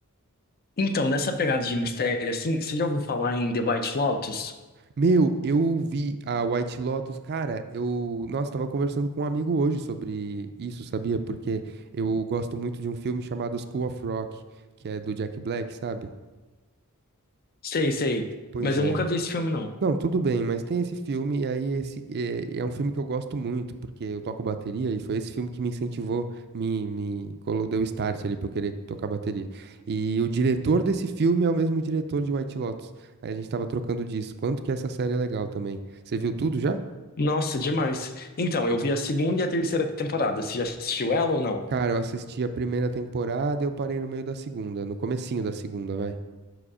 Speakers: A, on the left; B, on the right.
A: Então, nessa pegada de mistério, assim, você já ouviu falar em The White Lotus?
B: Meu, eu vi a White Lotus, cara, eu, nossa, tava conversando com um amigo hoje sobre isso, sabia? Porque eu gosto muito de um filme chamado School of Rock, que é do Jack Black, sabe?
A: Sei, sei,
B: Pois
A: mas
B: é.
A: eu nunca vi esse filme, não.
B: Não, tudo bem, mas tem esse filme, e aí esse é, é um filme que eu gosto muito, porque eu toco bateria, e foi esse filme que me incentivou, me, me colo- deu start ali pra eu querer tocar bateria. E o diretor desse filme é o mesmo diretor de White Lotus. Aí a gente tava trocando disso. Quanto que essa série é legal também. Você viu tudo já?
A: Nossa, demais. Então, eu vi a segunda e a terceira temporada. Você já assistiu ela ou não?
B: Cara, eu assisti a primeira temporada, eu parei no meio da segunda, no comecinho da segunda, vai.